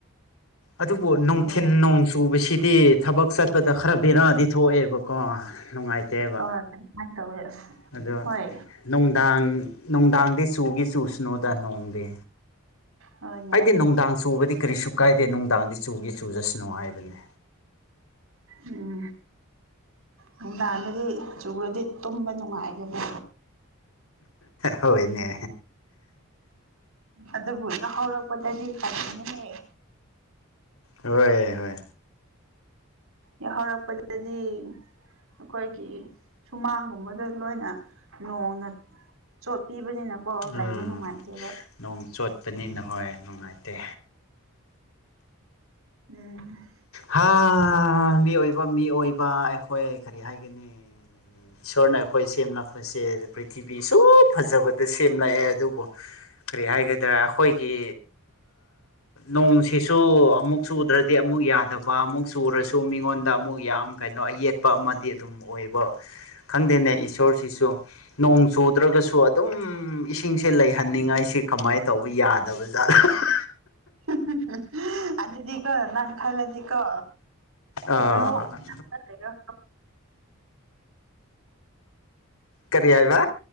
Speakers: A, on the left; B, on the right.
A: ꯑꯗꯨꯕꯨ ꯅꯨꯡꯊꯤꯤꯟ
B: ꯑꯣ
A: ꯅꯣꯡ ꯆꯨꯕꯁꯤꯗꯤ ꯊꯕꯛ ꯆ ꯆꯠꯄꯗ ꯈꯔ ꯕꯦꯔꯥꯗꯤ ꯊꯣꯛꯑꯦꯕꯀꯣ ꯅꯨꯡꯉꯥꯏꯇꯦꯕ
B: ꯍꯣꯏ ꯇꯧ
A: ꯑꯗꯣ
B: ꯍꯣꯏ
A: ꯅꯨꯡꯗꯥꯡ ꯅꯨꯡꯗꯥꯡꯗꯤ ꯆꯨꯒꯤ ꯆꯨꯁꯅꯨꯗ ꯅꯣꯡꯗꯦ
B: ꯍꯣꯏꯅꯦ
A: ꯍꯥꯏꯗꯤ ꯅꯨꯡꯗꯥꯡ ꯆꯨꯕꯗꯤ ꯀꯔꯤꯁꯨ ꯀꯥꯏꯗꯦ ꯅꯨꯡꯗꯥꯡꯗꯤ ꯆꯨꯒꯦ ꯆꯨꯖꯁꯅꯣ ꯍꯥꯏꯕꯅꯤ
B: ꯎꯝ ꯅꯨꯡꯗꯥꯡꯗꯗꯤ ꯆꯨꯔꯗꯤ ꯇꯨꯝꯕ ꯅꯨꯡꯉꯥꯏꯒꯅꯤ
A: ꯍꯣꯏꯅꯦ
B: ꯑꯗꯨꯕꯨ ꯌꯥꯎꯍꯧꯔꯛꯄꯗꯗꯤ ꯐꯅꯦꯍꯦ
A: ꯍꯣꯏ ꯍꯣꯏ
B: ꯌꯥꯍꯧꯔꯛꯄꯗꯗꯤ ꯑꯩꯈꯣꯏꯒꯤ ꯁꯨꯃꯥꯡꯒꯨꯝꯕꯗ ꯂꯣꯏꯅ ꯅꯣꯡꯅ ꯆꯣꯠ ꯄꯤꯕꯅꯤꯅꯀꯣ
A: ꯎꯝ
B: ꯂꯩꯕ ꯅꯨꯡꯉꯥꯏꯇꯦꯕ
A: ꯅꯣꯡ ꯆꯣꯠꯄꯅꯤꯅ ꯍꯣꯏ ꯅꯨꯡꯉꯥꯏꯇꯦ
B: ꯎꯝ
A: ꯍꯥ ꯃꯤ ꯑꯣꯏꯕ ꯃꯤ ꯑꯣꯏꯕ ꯑꯩꯈꯣꯏ ꯀꯔꯤ ꯍꯥꯏꯒꯅꯤ ꯏꯁꯣꯔꯅ ꯑꯩꯈꯣꯏ ꯁꯦꯝꯅꯄꯁꯦ ꯄ꯭ꯔꯤꯊꯤꯕꯤ ꯁꯨꯝ ꯐꯖꯕ ꯗ ꯁꯦꯝꯂꯛꯑꯦ ꯑꯗꯨꯕꯨ ꯀꯔꯤ ꯍꯥꯏꯒꯗ꯭ꯔꯥ ꯑꯩꯈꯣꯏꯒꯤ ꯅꯣꯡꯁꯤꯁꯨ ꯑꯃꯨꯛ ꯆꯨꯗ꯭ꯔꯗꯤ ꯑꯃꯨꯛ ꯌꯥꯗ ꯑꯗꯨꯒ ꯑꯃꯨꯛ ꯆꯨꯔꯁꯨ ꯃꯤꯉꯣꯟꯗ ꯑꯃꯨꯛ ꯌꯥꯝ ꯀꯩꯅꯣ ꯑꯌꯦꯠꯄ ꯑꯃꯗꯤ ꯑꯗꯨꯝ ꯑꯣꯏꯕ ꯈꯪꯗꯦꯅꯦ ꯏꯁꯣꯔꯁꯤꯁꯨ ꯅꯣꯡ ꯆꯨꯗ꯭ꯔꯒꯁꯨ ꯑꯗꯨꯝ ꯏꯁꯤꯡꯁꯦ ꯂꯩ ꯊꯅꯤꯡꯉꯥꯏꯁꯤ ꯀꯃꯥꯏꯅ ꯇꯧꯕ ꯌꯥꯗꯕ ꯖꯥꯠꯂ
B: <unintelligible> ꯑꯗꯨꯗꯤꯀꯣ ꯅꯪ ꯈꯜꯂꯗꯤꯀꯣ
A: ꯑꯥ
B: ꯂꯣꯛ ꯂꯩꯔ
A: ꯀꯔꯤ ꯍꯥꯏ ꯍꯥꯏꯕ